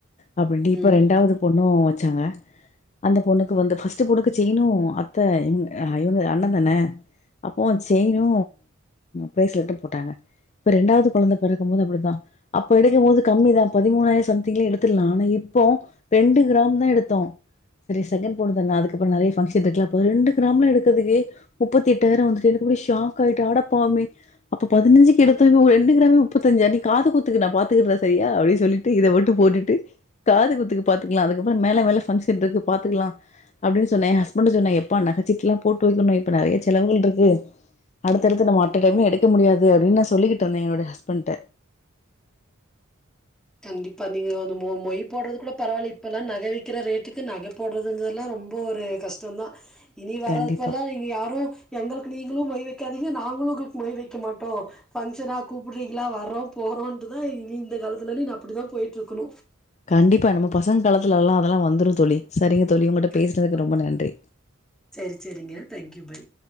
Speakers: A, on the left; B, in the centre.
A: அப்ப டிப்ப
B: ம்
A: ரெண்டாவது பொண்ணு வந் ச்சாங்க அந்த பொண்ணுக்கு வந்து பஸ்ட்டு பொண்ணுக்கு செய்ணு அத்த எங்க <unintelligible> இவங்க அண்ண தான அப்போ செயினு பிரேஸ்லெட்டு போட்டாங்க இப்ப ரெண்டாவது குழந்த பெறக்கு போது அப்டித்தா அப்ப எடுக்கு போது கம்மி தா பதிமூணாயிரம் சம்திங்லயே எடுத்துடலா ஆனா இப்போ ரெண்டு கிராம் தான் எடுத்தோ செரி செகண்ட் பொண்ணு தான அதுக்கப்பறோ நெறைய பங்கஷன் இருக்கலா அப்ப ரெண்டுக் கிரம்லா எக்கத்துக்கு முப்பத்தி எட்டாயிரோ வந்துட்டு எனக்கு அப்டியே ஷாக்காய்டு, அட பாவமே அப்ப பதினஞ்சிக்கு எடுத்தோ இப்ப ரெண்டு கிரமே முப்பத்தஞ்சாயிரோ நீ காதுகுத்துக்கு நா பாத்துக்கறே சரியா அப்டின் சொல்லிட் ட்டு இத மட்டு போட்டுட்டு காது குத்துக்கு பாத்துக்கலா அதுக் <unintelligible> ற மேல மேல பங்க்ஷன்ருக்கு பாத்துக்கலா அப்டின்னு சொன்னே ஹஸ்பண்ட்டு சொன்ன எப்பா நகச் ச்சிட்லா போட்டு வைக்கணும் இப்ப நெறைய செலவுகள்ருக்கு அடுத்தடுத்து நம்ம அட்ட டைம் எடுக்க முடியாது அப்டின்னு நா சொல்லிக்கிட்ருந்தே என்னோட ஹஸ்பெண்ட்ட
B: கண்டிப்பா நீங்க வந்து மொ மொயி போடுறது கூட பரவாயில்ல இப்பல்லா நகவிக்கிற ரேட்டுக்கு நக போடுறதுங்க எல்லா ரொம்ப ஒரு கஷ்டோந்தா இனி வர்றதுப்பெல்லா
A: கண்டிப்பா
B: நீங்க யாரு எங்களுக்கு நீங்களு மொய்வைக் க்காதிங்க நாங்களு உங்களுக் மொய் வைக்க மாட்டோ பங்கஷனா கூப்பிடுறீங்களா வர்றோ போறோண்டுதா இனி இந்த காலத் <unintelligible> நா அப்டி தா போயிட்ருக்கணு
A: கண்டிப்பா நம்ம பசங்க காலத்துல எல்லா அதெல்லா வந்துரு தோழி சரிங்க தோழி உங்கிட்ட
B: கண்டிப்பா.
A: பேசுனதுக்கு ரொம்ப நன்றி
B: சரி சரிங்க. Thank you bye